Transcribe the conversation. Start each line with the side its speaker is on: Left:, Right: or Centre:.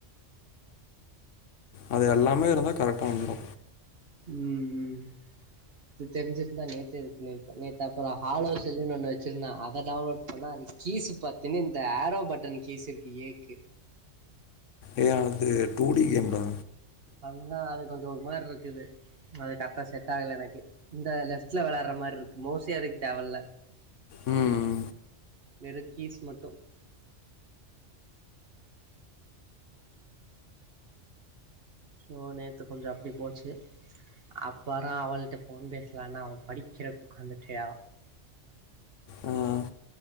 Left: அது எல்லாமே இருந்தா கரெக்டா வந்துரு
Right: ம் ம் இது தெரிஞ்சிருந்தா நேத்தே இது பண்ணிரு ப்ப நேத்து அப்பற ஹாலோ செல்லுனு ஒன்னு வெச்சிருந்தா அத டவுன்லோட் பண்ணா அது கீஸ் பாத்தினா இந்த ஆரோ பட்டன் கீஸ் இருக்கு ஏக்கு
Left: ஏ அது டூ டி கேம்டா
Right: அனா அது கொஞ்சம் ஒரு மாதிரி இருக்குது அது கரெக்டா செட் ஆகல எனக்கு இந்த லெப்ட்ல விளையாடுற மாதிரி இருக்கு மோஸ்ட்லி அதுக்கு தேவல்லா
Left: உம்
Right: நெருக்கீஸ் மட்டும் ஓ நேத்து கொஞ்சம் அப்படி போச்சு அப்பறன் அவள்ட ஃபோன் பேசலானா அவள் படிக்கிற உட்காந்துட்டா
Left: ம் ஹ்